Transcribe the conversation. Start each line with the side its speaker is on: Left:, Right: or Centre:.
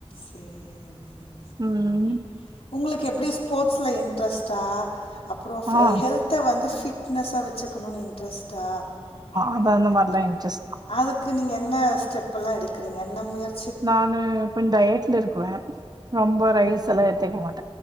Left: சேரி சேரி சேரி
Right: ம்
Left: உங்களுக். எப்படி ஸ்போட்ஸ்ல இன்ட்ரெஸ்ட்டா. அப்புறோ
Right: ஆ
Left: சே ஹெல்த்த வந்து ஃபிட். பிட்னஸ்ஸா வச்சக்கணுனு இன்ரஸ். டா ஆமா
Right: அது
Left: அந்த மாரிதா
Right: மாரிலா இன்ட்ரெஸ்ட்
Left: இன்ட்ரஸ். அதுக்கு நீங்க என்ன ஸ்டெப் எல்லா எடுக். <unintelligible>
Right: நான்னு பெண்டயட். திருக்குவ. ரொம்ப ரைஸ் எல்லா எடுத்துக்க மாட்.